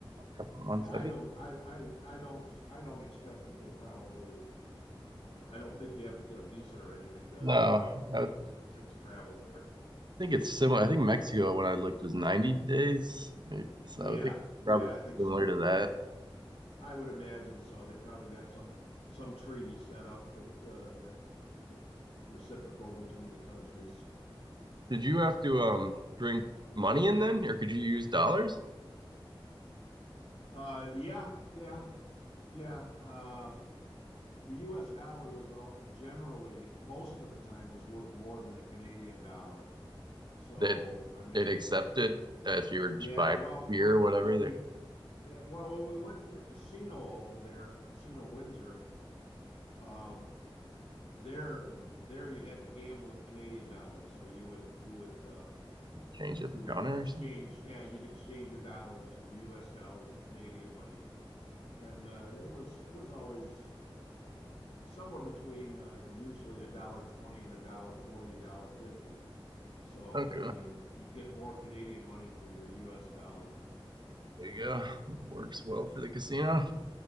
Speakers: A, on the right; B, on the left.
A: couple of months,
B: Yeah, I
A: I think.
B: don't, I, I, I don't, I don't expect that they probably, uh, I don't think you have to get a visa or anything to,
A: No,
B: or to,
A: I
B: to,
A: would
B: to, to, to travel there.
A: think it's similar. I think Mexico, when I looked, was 90 days. Maybe. So
B: Yeah,
A: I would think
B: yeah,
A: probably
B: I think
A: similar
B: so.
A: to that.
B: I would imagine so. They probably got some, some treaty set up that, uh, that be- reciprocal between the countries.
A: Did you have to um bring money in then, or could you use dollars?
B: Uh, yeah, yeah, yeah. Uh, the US dollar was all generally, most of the time was worth more than the Canadian dollar. So,
A: That
B: I mean,
A: they'd accept it if you were
B: Yeah,
A: buying
B: well,
A: beer
B: when
A: or whatever.
B: when
A: They
B: we
A: would
B: yeah, well, when we went to the casino over there, Casino Windsor, um, there there you had to gamble in Canadian dollars, so you would you would uh,
A: change at
B: you
A: the counter
B: would exchange
A: or something.
B: yeah, you'd exchange your dollars, your U.S. dollars for Canadian money, and uh, it was it was always uh, somewhere between uh, usually a dollar twenty and a dollar forty, a dollar fifty. So
A: Okay,
B: I mean, you'd get more Canadian money for your U.S. dollar.
A: there you go. Works well for the casino.